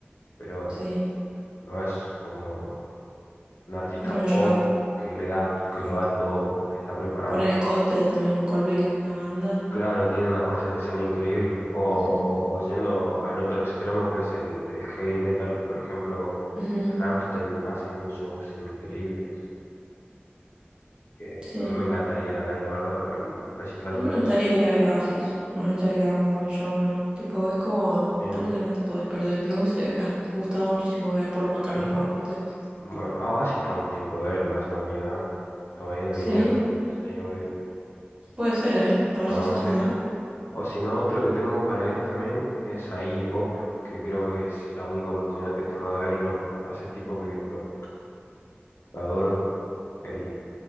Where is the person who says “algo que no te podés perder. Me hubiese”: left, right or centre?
Right